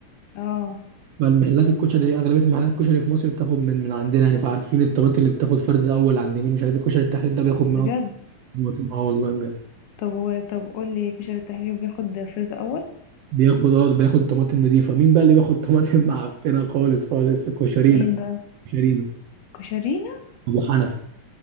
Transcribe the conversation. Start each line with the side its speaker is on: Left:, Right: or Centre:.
Left: اه
Right: فالمحلات الكشري أغلبية محلات الكشري في مصر بتاخد من من عندنا يعني فعارفين الطماطم اللي بتاخد فرز أول عند مين مش عارف الكشري التحرير ده بياخد من
Left: بجد
Right: أكتر الطماطم أه والله بجد
Left: طب و... طب قول لي كشري التحرير بياخد فاز اول
Right: بياخد اه بياخد طماطم نضيفه مين بقى اللي بياخد طماطم <laughs> معفنه خالص خالص كشرينا
Left: مين بقى
Right: كشرينا
Left: كشرينا
Right: ابو حنفي